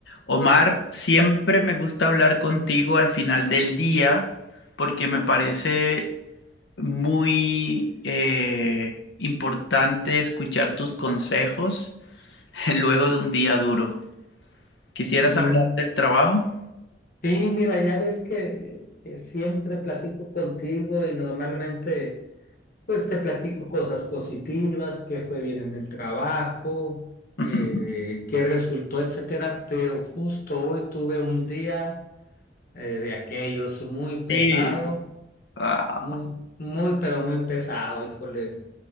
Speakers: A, on the left (about 80°); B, on the left (about 55°).
A: Omar, siempre me gusta hablar contigo al final del día porque me parece muy eh, importante escuchar tus consejos <laughs> luego de un día duro. ¿Quisieras
B: Mm,
A: hablar del trabajo?
B: Sí, mira, ya ves que, que siempre platico contigo y normalmente pues te platico cosas positivas, qué fue bien en el trabajo,
A: <laughs>
B: eh, qué resultó, etcétera, pero justo hoy tuve un día eh, de aquellos muy pesado,
A: Sí. Ah,
B: muy, muy, pero muy pesado, híjole.